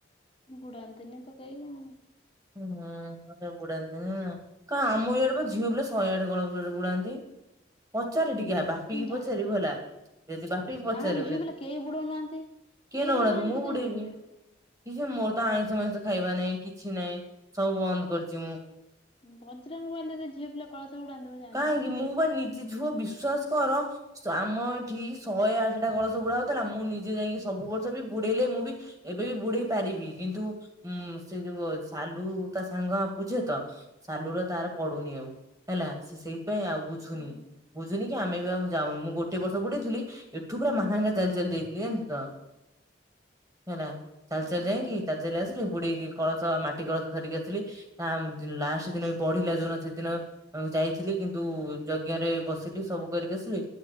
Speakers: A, on the left (about 30°); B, on the right (about 20°).
A: ବୁଡାନ୍ତିନି ତ କେହି ଆଉ।
B: ହୁଁ ବୁଡାନ୍ତିନି ଆଉ। କାହିଁ ଆମର ଇଆଡେ ବା ଝିଅ ପିଲା ଶହେ ଆଠ କଳସ ବୁଡାନ୍ତି। ପଚାର ଟିକେ ବା ପିିକି
A: ମୁଁ ଜାଣିନି।
B: ପଚାରିବୁ ହେଲା ଯଦି ବାପି କି ପଚାରିବୁ
A: ନା ବେ ଝିଅ
B: ଯଦି
A: ପିଲା କେହି ବୁଡଉନାହାନ୍ତି।
B: କିଏ
A: କେହି
B: ନ
A: ବୁଡଉନାହାନ୍ତି
B: ବୁଡାନ୍ତୁ ମୁ
A: ତୁ କେମିତି
B: ବୁଡେଇବି।
A: ବୁଡେଇବୁ ତତେ।
B: କିଛି ମୋର ତ ଆଇଁଷ ମଇଁଷ ଖାଇବା ନାହିଁ କିଛି ନାହିଁ ସବୁ ବନ୍ଦ କରିୁଛି ମୁଁ
A: ଭଦ୍ରକ ବାଲେଶ୍ଵର ଝିଅ ପିଲା କଳସ ବୁଡାନ୍ତିୁ ମୁଁ ଜାଣିନି।
B: କାହିଁକି ମୁଁ ବା ନି କି ଝୁଅ ବିଶ୍ଵାସ କର ଆମ ଏଠି ଶହେ ଆଠଟା କଳସ ବୁଡା ହେଉଥିଲା ମୁଁ ନିଜେ ଯାଇକି ସବୁ ବର୍ଷ ବି ବୁଡେଇଲେ ମୁଁ ବି ଏବେ ବି ବୁଡେଇ ପାରିବି କିନ୍ତୁ ଉଁ ସେ ଯୋଉ ସାଲୁ ତା ସାଙ୍ଗ ବୁଝେ ତ ସାଲୁର ତାର ପଡୁନି ଆଉ ହେଲା ସେ ସେଇପାଇଁ ଆଉ ବୁଝୁନି।
A: ହୁଁ
B: ବୁଝୁନି କି ଆମେ ବି ଆଉ ଯାଉନୁ ମୁଁ ଗୋଟେ ବର୍ଷ ବୁଡେଇଥିଲି ଏଠୁ ପୁରା ମହାଙ୍ଗା ଚାଲି ଚାଲି ଯାଇଥିଲି ଯାଣିଛୁ ତ ହେଲା ଚାଲି
A: ଓହୋ
B: ଚାଲି ଯାଇକି ଚାଲି ଚାଲି ଆସିଲି ବୁଡେଇକି କଳସ ମାଟି କଳସ ଧରିକି ଆସିଲି। <unintelligible> ଲାଷ୍ଟ ଦିନ ବଢିଲା ଯେଉଁ ସେଦିନ। ଯାଇଥିଲି କିନ୍ତୁ ଯଜ୍ଞ ରେ ବସିଲି ସବୁ କରିକି ଆସିଲି।